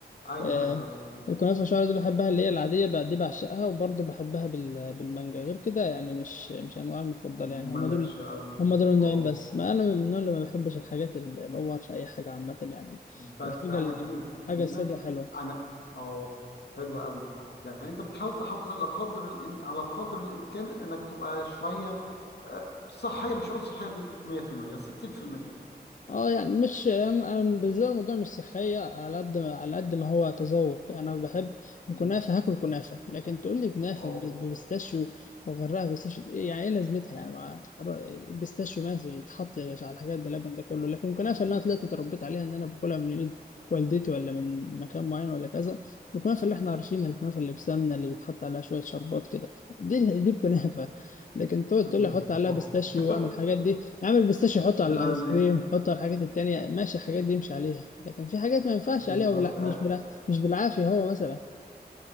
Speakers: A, on the left; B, on the left.
A: ايوه
B: آه،
A: ايوه ايوه فهمت.
B: الكنافة شعري دي بحبها اللي هي العادية بقى دي بعشقها وبرضه بحبها بال- بالمانجا غير كده يعني مش مش أنواع المفضلة
A: مالكش
B: يعني هما دول
A: قوي
B: هما دول النوعين
A: اه
B: بس ما أنا من النوع اللي ما بحبش الحاجات اللي اللي هو في أي حاجة عامة يعني
A: بس
B: الحاجة
A: انا
B: ال-
A: بيني وبينك
B: الحاجة السادة حلوة
A: انا اه حلو قوي يعني انت بتحاول تحافظ على قدر الإم... على قدر الامكان انك تبقى شويه آه، صحيه مش هقول صحيه بنسبه 100% 60%
B: اه يعني مش انا أنا بالنسبه لي الموضوع مش صحيه على قد ما على قد ما هو تذوق انا بحب الكنافه
A: مم.
B: هاكل كنافه لكن تقول لي كنافه
A: اه
B: ب- ببستاشيو وغيرها بستاشيو يعني ايه لازمتها يعني مع البستاشيو ماشي يتحط مش على الحاجات بلبن ده كله لكن الكنافه اللي انا طلعت اتربيت عليها ان انا باكلها من ايد والدتي ولا من مكان معين ولا كذا الكنافه اللي احنا عارفينها الكنافه اللي بسمنه اللي بيتحط عليها شويه شربات كده دي دي الكنافه لكن تقعد
A: بالظبط
B: تقول لي احط عليها بستاشيو
A: <laughs>
B: واعمل الحاجات دي اعمل بيستاشيو حطه على
A: ده
B: الايس
A: انا اللي...
B: كريم حطه على الحاجات التانية ماشي الحاجات دي يمشي عليها لكن في حاجات ما ينفعش
A: بالظبط
B: عليها وبلا
A: آه.
B: مش بلا مش بالعافية هو مثلا